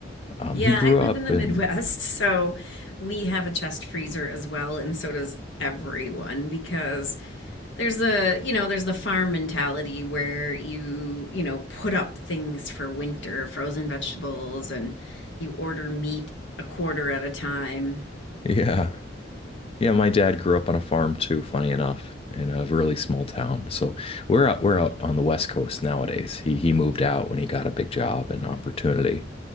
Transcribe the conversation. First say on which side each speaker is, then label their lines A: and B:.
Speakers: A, on the left; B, on the left.
A: Um,
B: Yeah,
A: he grew
B: I live
A: up
B: in the
A: in,
B: Midwest, so we have a chest freezer as well, and so does everyone because there's a, you know, there's the farm mentality where you, you know, put up things for winter, frozen vegetables, and you order meat a quarter at a time.
A: <laughs> yeah. Yeah, my dad grew up on a farm too, funny enough, in a really small town. So we're out we're out on the West Coast nowadays. He he moved out when he got a big job and opportunity